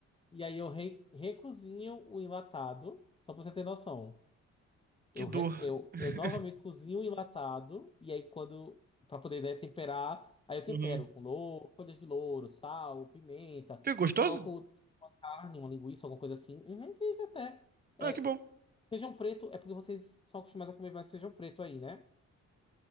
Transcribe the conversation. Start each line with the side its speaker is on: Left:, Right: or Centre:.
Left: e aí eu re- recozinho o enlatado, só pra você ter noção.
Right: Que
Left: Eu,
Right: dor.
Left: re- eu,
Right: <laughs>
Left: eu novamente cozinho um enlatado, e aí quando. para poder, né, temperar, aí eu tempero
Right: Uhum.
Left: com louro, folhas de louro, sal, pimenta,
Right: Ficou gostoso?
Left: coloco carne, uma linguiça, alguma coisa assim. Uhum, fica até. É,
Right: Ah, que bom.
Left: eu- feijão preto é porque vocês são acostumados a comer mais feijão preto aí, né?